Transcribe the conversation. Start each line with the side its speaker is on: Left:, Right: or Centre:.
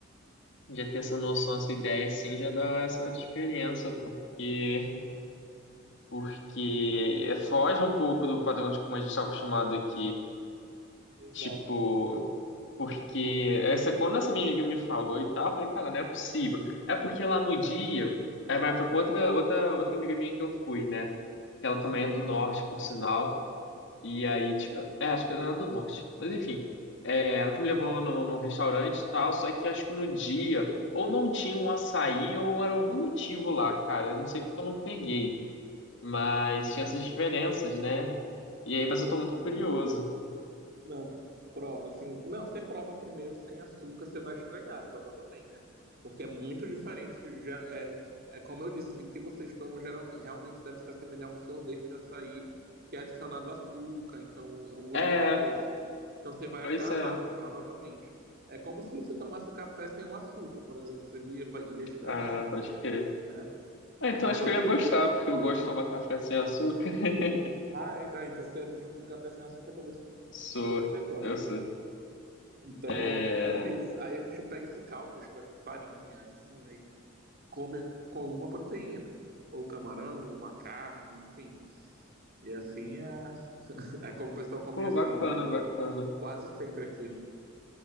Left: já ter essa noção, essa ideia assim, já dá essa diferença, porque. porque foge um pouco do padrão de como a gente está acostumado aqui.
Right: Exato.
Left: Tipo, porque essa, quando essa minha amiga me falou e tal, eu falei, cara, não é possível. É porque lá no dia, é, mas foi com outra, outra, outra amiga minha que eu fui, né? Que ela também
Right: Sim.
Left: é do norte, por sinal. E aí, tipo, é, acho que ela era do norte. Mas enfim, é, ela que me levou no, no restaurante e tal, só que acho que no dia, ou não tinha um açaí, ou era algum motivo lá, cara. Eu não sei porque eu não peguei. Mas tinha essas diferenças, né? E aí, mas eu tô muito curioso.
Right: sim. Não, prova assim. Não, você prova primeiro sem açúcar, você vai estragar provavelmente. Porque é muito diferente. Já é, é como eu disse, assim, o que vocês tomam geral, realmente deve se assemelhar a um sorvete de açaí que é adicionado açúcar, então é um gosto
Left: É,
Right: mais doce. Então você vai
Left: pois
Right: achar
Left: é.
Right: amargo, provavelmente. É como se você tomasse o café sem o açúcar, por exemplo. Você ia, vai- ia estranhar,
Left: Ah, pode crer.
Right: né?
Left: Ah, então
Right: Mas
Left: acho
Right: assim,
Left: que eu ia gostar, porque eu gosto de tomar café sem açúcar. <laughs>
Right: ah, então, então você é do time do café sem açúcar, talvez
Left: Sou,
Right: você goste
Left: eu sou.
Right: mesmo. Então,
Left: É...
Right: então é isso. Aí a gente pega esse caldo, mistura com farinha, enfim, aí come com alguma proteína. Ou camarão, ou uma carne, enfim. E assim é, <laughs> é como o pessoal come
Left: Pô,
Right: assim
Left: bacana, bacana.
Right: quase sempre aqui.